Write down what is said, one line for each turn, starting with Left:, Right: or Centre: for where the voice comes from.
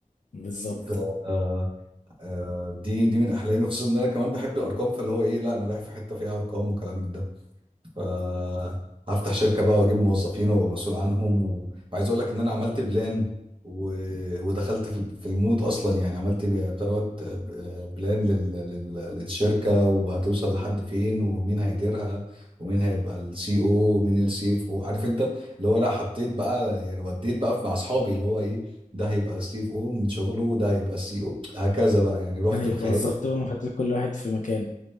Left: بالظبط
Right: ف- آه، آه، دي دي من احلامي خصوصا ان انا كمان بحب الارقام فاللي هو ايه لا انا رايح في حته فيها ارقام وكلام من ده فهفتح شركة بقى واجيب موظفين وابقى مسؤول عنهم و- وعايز اقول لك ان انا عملت بلان و... ودخلت في ال- في المود اصلا يعني عملت بتروت بلان لل... لل... للشركة وهتوصل لحد فين ومين هيديرها ومين هيبقى السي او ومين السي اف او عارف انت اللي هو انا حطيت بقى يعني وديت بقى مع اصحابي اللي هو ايه ده هيبقى سي اف او من شغله وده هيبقى سي او هكذا بقى يعني رحت
Left: ايوه
Right: بخيالي
Left: وظفتهم وحطيت كل واحد في مكان